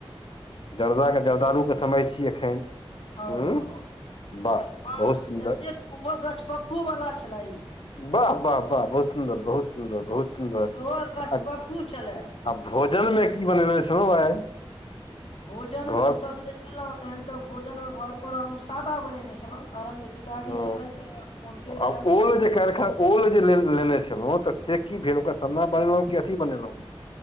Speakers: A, on the left (about 60°); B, on the left (about 80°).
A: जर्दाके जर्दारूके समय छियै एखन
B: हँ
A: हूँ
B: हँ हँ
A: वाह बहुत सुन्दर
B: एते ओ गछपक्कू वाला छलेए यौ
A: वाह वाह वाह बहुत सुन्दर बहुत सुन्दर बहुत सुन्दर
B: ओहो गछपक्कू
A: आ
B: छलए
A: आ भोजन मे की बनेेले छलो आइ
B: भोजनमे
A: घर
B: ओतऽसँ जे एलहुं तहन ते भोजनं घर पर हम सादा बनेने छलौ कारण जे पिताजी
A: ह
B: छलथि हुनके इच्छा
A: आ
B: छलनि
A: ओल जे
B: बेसी
A: कैलखन
B: विशेष नहि
A: ओल
B: करी
A: जे लेने छलहुँ तऽ से की भेल ओकरा सन्ना बनेलहु की अथी बनेलहुँ